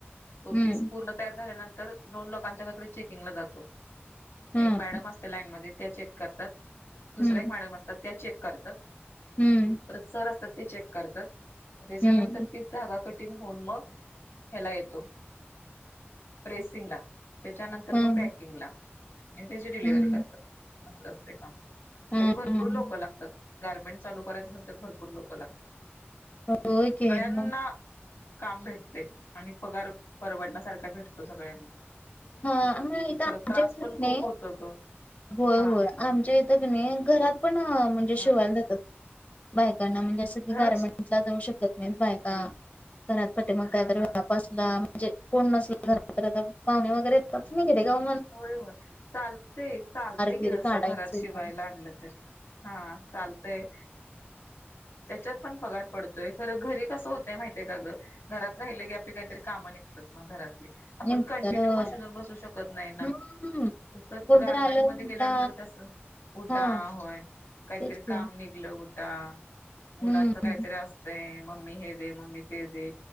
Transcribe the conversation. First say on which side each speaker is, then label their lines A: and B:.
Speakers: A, on the left (about 80°); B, on the left (about 35°).
A: तो
B: हम्म
A: पिस पूर्ण त झाल्या नंतर तर दोन लोकांच्याकडे चेकिंगला जातो
B: हम्म
A: एक मॅडम असते लाईनमध्ये त्या चेक करतात दुसऱ्या
B: हम्म
A: एक मॅडम असतात त्या चेक करतात.
B: हम्म
A: परत सर असतात ते चेक करतात म त्याच्यानंतर
B: हम्म
A: तीच धागा कटिंग होऊन मग ह्याला येतो प्रेसिंग ला. त्याच्यानंतर
B: हम्म
A: मग पॅकिंगला अन त्याची डिलिव्हरी
B: हम्म
A: करतात. अस असते काम.
B: हम्म
A: तरी भरपूर लोकं लागतात गार्मेंट चालू करायच म्हण तर भरपूर लोकं लागतात.
B: हो होय की.
A: स्यांना
B: मग
A: काम भेटते आणि पगार परवडण्यासारखा भेटतो सगळ्यांना
B: हा मग इथं
A: खरं
B: आमच्या
A: त्रास
B: इथं
A: पण
B: की नाही
A: खूप होतो ग
B: होय
A: हा
B: होय आमच्या इथं क नाही घरात पण म्हणजे
A: हा
B: शिवायला जातात बायकांना म्हणजे
A: घरात
B: गमें जाऊ शकत नाही बाय घरातट म
A: हा
B: का्या
A: हा
B: म्हणजे कोण नसला झा तर आता पाहुणे वगैरे यच नाही गा
A: होय होय चालतेय चालतेय की
B: बीर
A: जसं
B: काढायचं
A: घरात शिवायला आणलं तरी हा चालतय त्याच्यात पण पगार पडतो खरं घरी कसं होतंय माहिितय का गं घरात राहिलं की आपली काहीतरी कामं घरातली आपण
B: निघतात
A: कंटिन्यू
B: होय
A: मशीन बसू शकत तस
B: हम्म हम्म कोणतरी
A: गारमेंट
B: आलं
A: म
B: उलटा
A: गेल्यानंतर कस उटा
B: हा
A: होय काहीतरी
B: तेच की
A: काम निघलं कुठ मुलांच
B: हम्म
A: काहीतरी असतंय मम्मी हे दे मम्मी ते दे